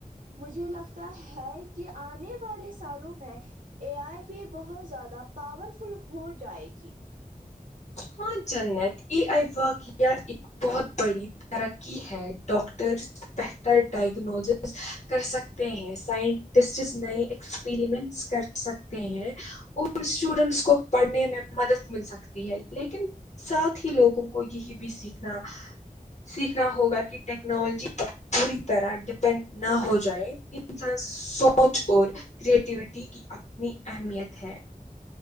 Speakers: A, on the right (about 60°); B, on the left (about 50°).
A: مجھے لگتا ہے کہ آنے والے سالوں میں اے آئی بھی بہت زیادہ پاورفل ہو جائے گی
B: ہاں جنت ا آئی وقع ایک بہت بڑی ترقی ہے ڈاکٹرس بہتر ڈائگنوزز کر سکتے ہیں سائنٹسٹ نئے ایکسپریمنٹس کر سکتے ہیں اور اسٹوڈینٹس کو پڑھنے میں مدد مل سکتی ہے لیکن ساتھ ہی لوگوں کو یہی بھینا سیکھنا ہوگا کہ ٹیکنالوجی پر پوری طرح ڈپینڈ نہ ہو جائے انسان سوچ اور کریٹیوٹی کی اپنی اہمیت ہے